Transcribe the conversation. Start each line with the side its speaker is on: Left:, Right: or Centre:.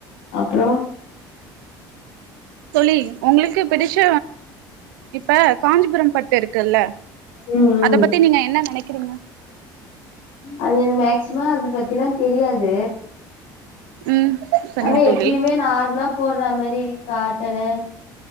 Left: அப்புறம்
Right: தோழி உங்களுக்கு பிடிச்ச இப்ப காஞ்சிபுரம் பட்டு இருக் ல்ல
Left: ம் ம்
Right: அத பத்தி நீங்க என்ன நினைக்கிறீங்க
Left: அது எனக்கு மேக்சிமம் அதை பத்திலாம் தெரியாது
Right: ம் சரிங்க
Left: ஆனா எப்பயுமே
Right: தோழி
Left: நார்மலா போடுற மாதிரி காட்டனு